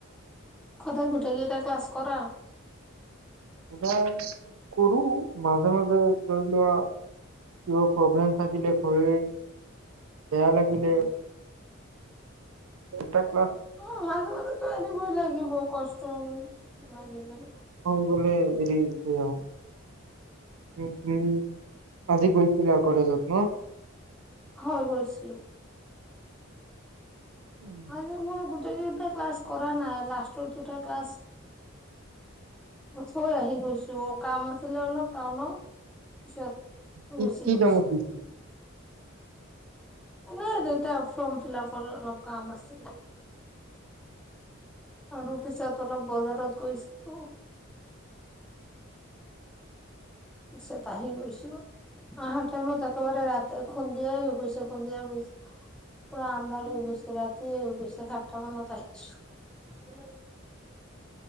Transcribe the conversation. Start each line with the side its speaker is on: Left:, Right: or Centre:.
Centre: খদাই গোটেই কেইটা, ক্লাছ কৰা
Right: স কৰো মাজে মাজে ধৰি লোৱা কিবা প্ৰব্লেম থাকিলে শৰীৰ বেয়া লাগিলে
Centre: অ'
Right: তাক
Centre: অ মাজে মাজে তো এৰিবই লাগিব কষ্ট লাগিলে
Right: ব এৰি থ আহো উম উম আজি গৈ জিলা কলেজত ম
Centre: হয় বছিলো
Right: উম।
Centre: আ মই গ প্ৰতিযোগিতা ক্লাছ কৰা নাই লাষ্টৰ দুটা ক্লাছ থৈ আহি গৈছো অ কাম আছিলে অলপ টাউনত পিছত
Right: কি
Centre: গুচি
Right: কি
Centre: গৈছিলো
Right: কামত গৈছিলা
Centre: নাই দেতিয়া ফৰ্ম ফিলাপৰ অলপ কাম আছিলে আৰু পিছত অলপ বজাৰত গৈছিলো চ ত আহি গৈছো আহহাৰ টাইমত একেবাৰে ৰাতি খুন্দিয়াই হৈ গৈছে খুন্দিয়াৰ পি পুৰা আন্ধাৰ হৈ গৈছে ৰাতিয়ে হৈ গৈছে সাতটা মানত আহিছো